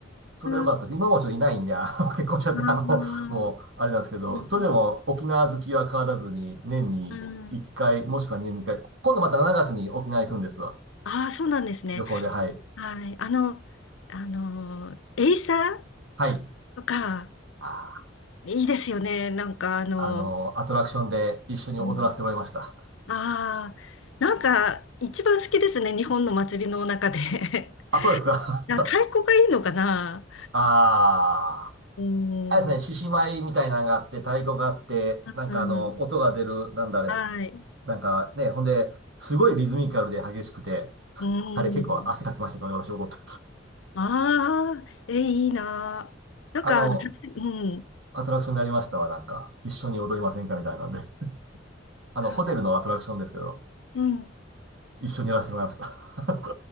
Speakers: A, on the right (about 70°); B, on the left (about 80°).
A: それは良かったです。
B: ん、あ
A: 今もちょっといないんで、あの、<laughs> 結婚しちゃって、
B: あ、
A: あの、もう、あれなんですけど、
B: うんうん
A: それでも沖縄好きは変わらずに、年に1回、
B: うん。
A: もしくは年に2回、今度また7月に沖縄行くんですわ。
B: ああ、そうなんですね。
A: 旅行で、はい。
B: はい。あの、あの、エイサー
A: はい。
B: とか、
A: あ
B: いいですよね。なんか、あの、
A: ー、あの、アトラクションで一緒に踊らせてもらいました。
B: うん、ああー、なんか、一番好きですね。日本の祭りの中で。
A: あ、
B: <laughs>
A: そうですか。
B: な太鼓がいいのかな
A: <laughs> ああ。
B: うーん、
A: あれですね、獅子舞みたいなのがあって、太鼓があって、なんかあの、
B: うん、
A: 音が出る、なんだあれ。
B: はい。う
A: なんかね、ほんで、すごいリズミカルで激しくて、
B: ー
A: あれ結構汗かきましたけどね、
B: ん。
A: 私踊って。
B: ああ、え、いいな。なんか、
A: あの、
B: あの、初うん。
A: アトラクションでありましたわ、なんか、一緒に踊りませんかみたいなんで。<laughs> あの、
B: は
A: ホテルのアトラクションですけど、
B: うん。
A: 一緒にやらせてもらいました。<laughs>